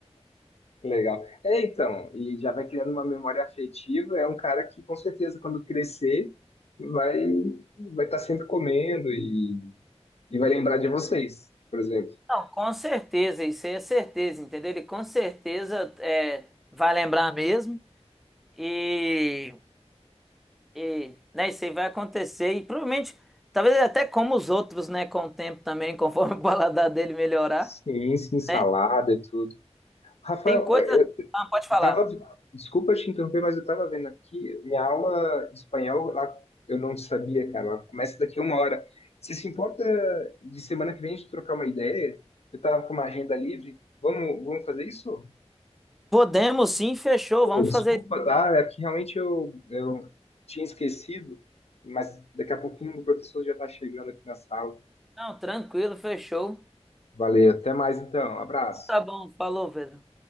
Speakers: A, on the left (about 65°); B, in the centre.
A: Legal. É, então, e já vai criando uma memória afetiva, é um cara que com certeza quando crescer vai vai estar sempre comendo e, e vai lembrar de vocês, por exemplo.
B: Não, com certeza, isso aí é certeza, entendeu? Ele com certeza é, vai lembrar mesmo e, e né, isso aí vai acontecer e provavelmente, talvez ele até como os outros, né, com o tempo também, <laughs> conforme o paladar dele melhorar,
A: Sim, sim, salada
B: né?
A: e tudo. Rafael,
B: Tem coisa...
A: Eu
B: Ah, pode falar.
A: Tava, desculpa te interromper, mas eu tava vendo aqui, minha aula de espanhol, lá, eu não sabia, cara, ela começa daqui a uma hora. Você se importa de semana que vem a gente trocar uma ideia? Eu tava com uma agenda livre, vamos, vamos fazer isso?
B: Podemos sim, fechou,
A: Pô,
B: vamos
A: desculpa,
B: fazer isso.
A: tá? É que realmente eu, eu tinha esquecido, mas daqui a pouquinho o professor já tá chegando aqui na sala.
B: Não, tranquilo, fechou.
A: Valeu, até mais então, abraço.
B: Então Tá bom, falou, Pedro.